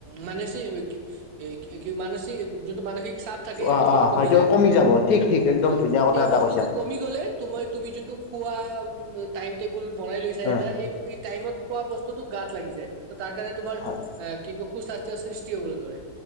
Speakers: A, on the right; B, on the left.
A: মানেচি কি কি মানেচি যোনটো মানসিক চাপ থাকে এই
B: অ
A: বস্তুটো
B: অ
A: কমি
B: হয়টো
A: যায়
B: যাব ঠিক ঠিক একদম
A: হয়
B: ধুনীয়া কথা
A: এই
B: এটা
A: বস্তুটো
B: কৈছা
A: কমি গলে মই তুমি জোনটো খোৱা উম টাইম টেবুল বনাই লৈছা
B: অ
A: এটা এই বস্তুটো তাত লাগি যায় ত তাৰ কাৰণে তোমাৰ
B: হয়
A: অ কি ক সু স্বাস্থ্যৰ সৃষ্টি হবলৈ ধৰে